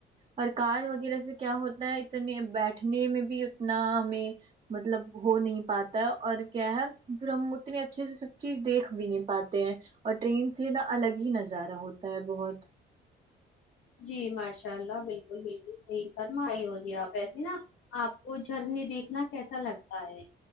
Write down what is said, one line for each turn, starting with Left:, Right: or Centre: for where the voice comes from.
Right: اور کار وغیرہ سے کیا ہوتا ہے اتنے بیٹھنے میں بھی اتنا ہمیں مطلب ہو نہیں پاتا ہے اور کیا ہے پھر ہم اتنی اچھے سے سب چیز دیکھ بھی نہیں پاتے ہیں اور ٹرین سے نا الگ ہی نظارہ ہوتا ہے بہت
Left: جی ماشاء اللہ بلکل بلکل صحیح فرمائی ہو جی آپ ایسے نا آپ کو جھرنے دیکھنا کیسا لگتا ہے